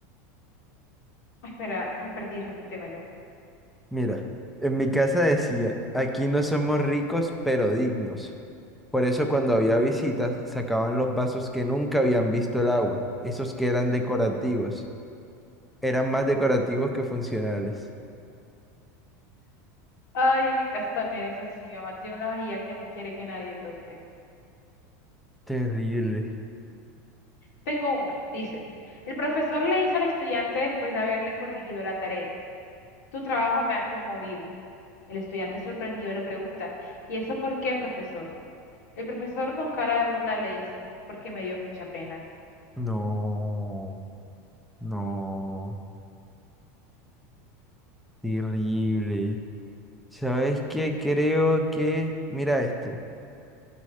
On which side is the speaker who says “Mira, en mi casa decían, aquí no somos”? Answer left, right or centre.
Centre